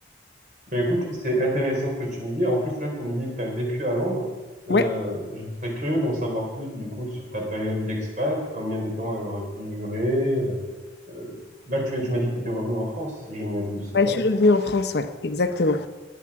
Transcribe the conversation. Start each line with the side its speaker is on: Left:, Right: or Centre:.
Right: Ben écoute, c'est intéressant ce que tu me dis. En plus, là, tu me dis que tu as vécu à Londres. Euh,
Left: Ouais,
Right: je serais curieux d'en savoir plus, du coup, sur ta période d'expat, combien de temps elle aurait pu durer. euh, euh, là, tu, es- tu m'as dit que tu étais revenu en France, si je ne m'abuse, c'est
Left: ouais,
Right: ça?
Left: je suis revenue en France, ouais, exactement.